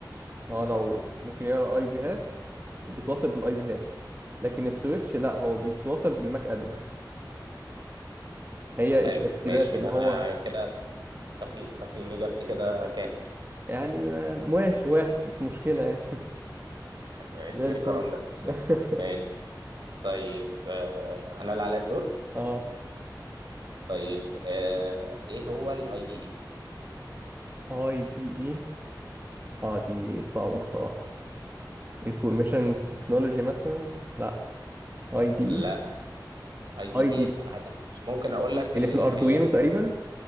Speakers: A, on the right; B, on the right.
A: هو لو ممكن يقرأ أي بيهات وبتواصل بالاي بي هات لكن السويتش لا هو بيتواصل بالماك ادرس هي
B: حلو
A: الترتيبات
B: ماشي
A: اللي
B: يعني أنا
A: هو
B: كده تقي... تقييم إجابتي كده كام
A: يعني ما- ماشي واحد مش مشكلة يعني <laughs>
B: ماشي
A: زي
B: إيه
A: الفل
B: الكرم ده
A: <laughs>
B: ماشي طيب آه، أنا اللي عليا الدور
A: اه
B: طيب آه، إيه هو الأي دي إي
A: اي دي اي اه دي صعبة الصراحة انفورميشن تكنولوجي مثلا لا اي دي
B: لا اي دي
A: اي اي
B: اي
A: دي
B: لا
A: إي.
B: هت... ممكن اقول لك ال...
A: اللي في الاردوينو
B: هي
A: تقريبا